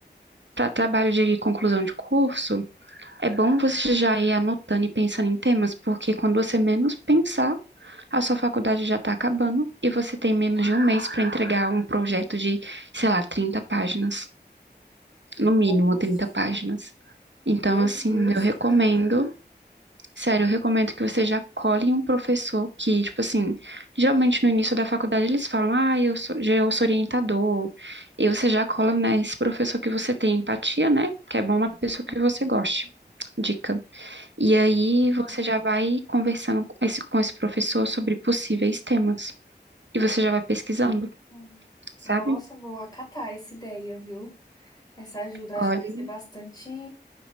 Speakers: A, on the right (about 85°); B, on the left (about 20°).
A: para trabalho de conclusão de curso, É bom você já ir anotando e pensando em temas, porque quando você menos pensar, a sua faculdade já está acabando e você tem menos de um mês para entregar um projeto de, sei lá, 30 páginas, no mínimo
B: Nossa,
A: 30 páginas. Então,
B: meu
A: assim,
B: Deus,
A: eu recomendo,
B: que terror.
A: sério, eu recomendo que você já cole em um professor que, tipo assim, geralmente no início da faculdade eles falam, ah, eu sou, já- eu sou orientador, e você já cola nesse professor que você tem empatia, né? Que é bom uma pessoa
B: Uhum.
A: que você goste. Dica. E aí você já vai conversando com esse, com esse professor sobre possíveis temas. E você já vai pesquisando,
B: <laughs>
A: sabe?
B: Nossa, vou acatar essa ideia, viu? Essa ajuda,
A: Olha,
B: acho que vai ser bastante.